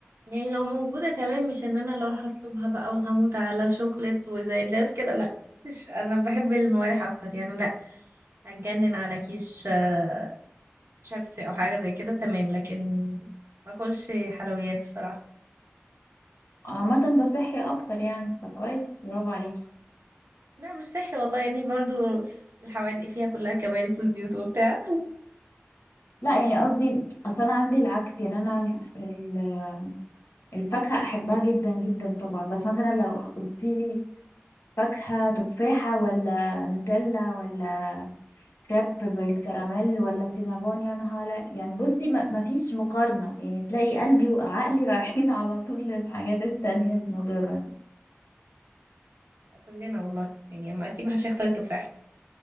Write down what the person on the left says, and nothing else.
عامة بصحي اكتر يعني فكويس برافو عليكي
لا يعني قصدي اصل انا عندي العكس يعني انا ال- ال- الفاكهة احبها جدا جدا طبعا بس مثلا لو قلتيلي فاكهة تفاحة ولا نوتيلا ولا كريب بالكراميل ولا سينابون يا نهار لا- يعني بصي ما ما فيش مقارنة يعني تلاقي قلبي وعقلي رايحين <laughs> على طول للحاجات التانية المضرة دي